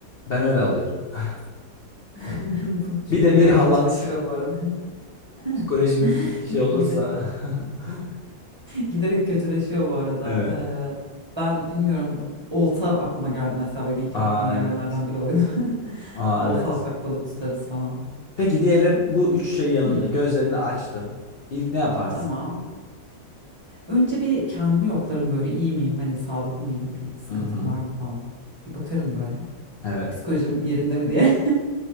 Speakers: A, on the left; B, on the right.
A: Ben öyle alıyorum. <laughs>
B: <laughs> Bu
A: Bir
B: çok-
A: de
B: giderek
A: bir halat.
B: kötüleşiyor bu arada.
A: Psikolojim
B: <laughs>
A: bir şey olursa.
B: Gide,
A: <laughs>
B: giderek kötüleşiyor bu arada.
A: Evet.
B: Ee, ben bilmiyorum olta aklıma geldi mesela benim ilk
A: Aa
B: aklıma gelenlerden
A: evet.
B: biri oydu. <laughs>
A: Aa
B: Olta
A: evet.
B: alsak balık tutarız falan.
A: Peki diyelim bu üç şey yanında
B: Hı,
A: gözlerini açtın. İlk ne yaparsın?
B: tamam. Önce bir kendimi yoklarım böyle iyi miyim hani sağlıklı mıyım bir sıkıntım
A: Hı hı.
B: var mı falan. Bir bakarım böyle.
A: Evet.
B: Psikolojim yerinde mi diye.